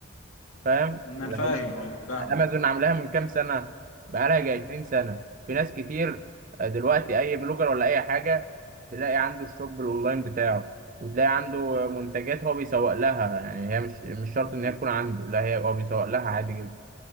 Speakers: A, on the right; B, on the left.
A: فاهم
B: إن انا
A: لان
B: فاهم اه فاهمك
A: امازون
B: اه
A: عاملاها من كام سنه بقالها جاي 20 سنه في ناس كتير آه، دلوقتي اي بلوجر ولا اي حاجه تلاقي عنده الشوب الاونلاين بتاعه وتلاقي عنده منتجات هو بيسوق لها يعني هي مش مش شرط ان هي تكون عنده لا هي هو بيسوق لها عادي جدا